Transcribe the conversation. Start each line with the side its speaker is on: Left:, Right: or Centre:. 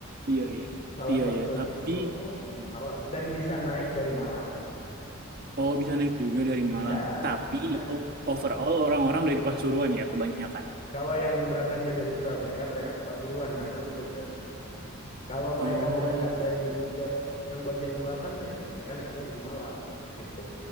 Right: iya, iya.
Left: Salah
Right: Iya,
Left: satu
Right: iya.
Left: bagian
Right: Tapi,
Left: Bromo di Malang dan bisa naik dari Malang.
Right: oh bisa naik juga dari Malang.
Left: Bisa,
Right: Tapi
Left: bisa.
Right: o- overall orang-orang dari Pasuruan ya kebanyakan.
Left: Kalau yang berangkatnya dari Surabaya, mereka ke Pasuruan karena lebih dekat. Kalau mereka
Right: Oh,
Left: berangkat dari Jawa Timur yang bagian selatannya, ya mereka naiknya dari Malang. Gitu.